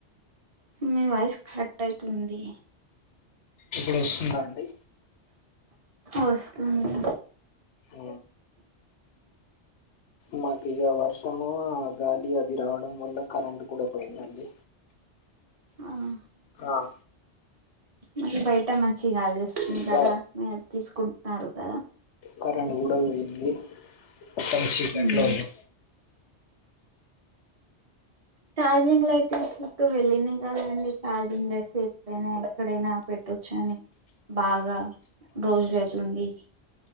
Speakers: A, on the right (about 40°); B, on the left (about 80°).
A: మీ వాయిస్ కట్ అవుతుంది
B: ఇప్పుడు వస్తుందండి
A: వస్తుంది
B: అ మాకు ఇక వర్షము ఆ గాలి అది రావడం వల్ల కరెంట్ కూడా పోయిందండి
A: అహా
B: ఆ
A: మరి బైట మంచి గాలి వస్తుంది
B: క
A: కదా అద్ తీసుకుంట్నారు కదా
B: కరెండు గూడా బొయింది మొత్తం చీకట్లో
A: ఉమ్
B: ఉన్నా
A: ఛార్జింగ్ లో అయితే సిఫ్టు వెళ్ళినం గదండి చార్జింగ్ చేస్తే ఎప్పుడైనా ఎక్కడైనా పెట్టొచ్చని బాగా రోజులెట్లుంది